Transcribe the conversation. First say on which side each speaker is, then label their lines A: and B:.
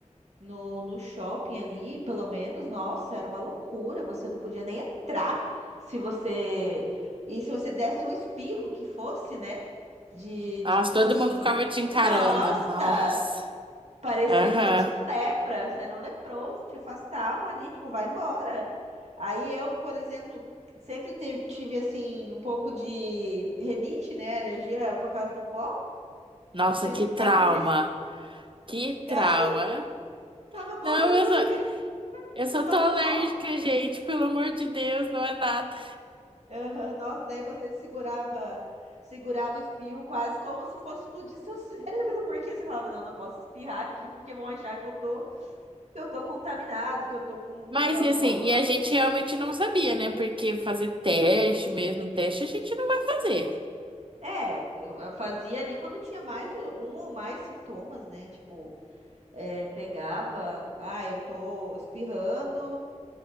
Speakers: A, on the right (about 60°); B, on the right (about 40°).
A: no, no shopping ali, pelo menos, nossa, era uma loucura. Você não podia nem entrar se você. E se você desse um espirro que fosse, né? De,
B: Nossa,
A: de tipo
B: todo
A: assim,
B: mundo ficava te encarando.
A: nossa!
B: Nossa.
A: Parecia
B: Aham.
A: que você tinha lepra, você era um leproso, te afastavam ali, tipo, vai embora. Aí eu que, por exemplo, sempre teve, tive assim, um pouco de renite, né? Alergia por causa do pó,
B: Nossa,
A: tinha
B: que
A: que ficar
B: trauma.
A: me.
B: Que
A: <laughs>
B: trauma.
A: Cara, eu falava, moça,
B: Não,
A: eu
B: eu
A: juro
B: só,
A: que <laughs>
B: Eu só
A: é só
B: tô alérgica,
A: o pó.
B: gente, pelo amor de Deus, não é nada.
A: Aham, nossa, daí você segurava, segurava o espirro quase como se fosse explodir seu cérebro, <laughs> porque você falava, não, não posso espirrar aqui, porque vão achar que eu tô, que eu tô contaminado, que eu tô com
B: Mas
A: alguma
B: e assim,
A: coisa.
B: e a gente realmente não sabia, né? Porque fazer teste mesmo, teste a gente não vai fazer.
A: É, eu eu fazia ali quando tinha mais o- um ou mais sintomas, né? Tipo, é, pegava, ah, eu tô espirrando,